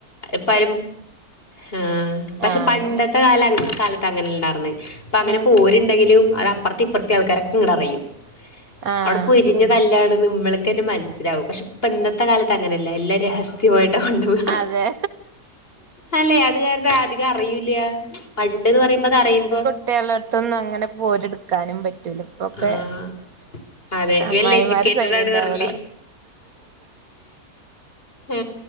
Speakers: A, on the left (about 40°); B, on the right (about 70°).
A: ഇപ്പാരും ആ പക്ഷെ
B: ആഹ്
A: പണ്ടത്തെ
B: അങ്ങനെ
A: കാല, കാല ത്തങ്ങനെ ഇണ്ടാർന്നേ അപ്പ അങ്ങനെ
B: ഉം
A: പോരുണ്ടെങ്കിലും അത് അപ്പറത്തി ഇപ്പറത്തി ആൾക്കാരൊക്കെ ഇങ്ങട് അറിയും.
B: ആഹ്
A: അവടെ പൊരിഞ്ഞതല്ലാണന്ന് നമ്മൾക്കന്നെ മനസ്സിലാവും പക്ഷെ. ഇപ്പ ഇന്നത്തെ കാലത്ത് അങ്ങനെയല്ല എല്ലാം രഹസ്യായിട്ട കൊണ്ട്പോന്നേ.
B: അതെ.
A: അല്ലെ അത് കാരണം അധികം അറിയില്ല പണ്ട്ന്ന് പറയുമ്പോ അത് അറിയുമ്പോ.
B: കുട്ട്യാളടുത്തോന്നും അങ്ങനെ പോര് ഇട്ക്കാനും പറ്റൂല ഇപ്പൊക്കെ.
A: ആഹ് അതെ
B: അമ്മായിമാര്
A: വെൽ എഡ്യൂക്കേറ്റഡ്
B: സൈലന്റാവണം.
A: ആണ് പറഞ്ഞില്ലേ ഏ.